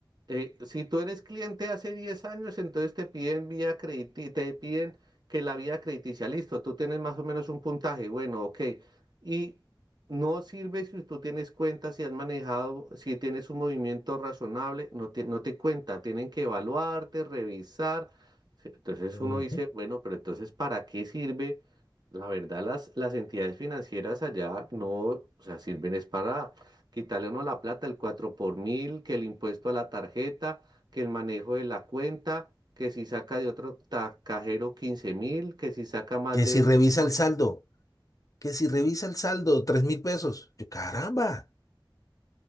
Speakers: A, on the right; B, on the left.
A: eh, si tú eres cliente hace 10 años, entonces te piden vía crediti- te piden que la vía crediticia, listo, tú tienes más o menos un puntaje, bueno, ok. Y no sirve si tú tienes cuenta, si has manejado, si tienes un movimiento razonable, no te, no te cuenta, tienen que evaluarte, revisar. Sí, Entonces
B: Ujú.
A: uno dice, bueno, pero entonces, ¿para qué sirve? La verdad, las, las entidades financieras allá no, o sea, sirven es para quitarle uno la plata, el 4 por mil, que el impuesto a la tarjeta, que el manejo de la cuenta, que si saca de otro ta- cajero quince mil, que si saca más
B: Que
A: de
B: si
A: esto,
B: revisa el saldo, que si revisa el saldo, tres mil pesos. Yo, caramba.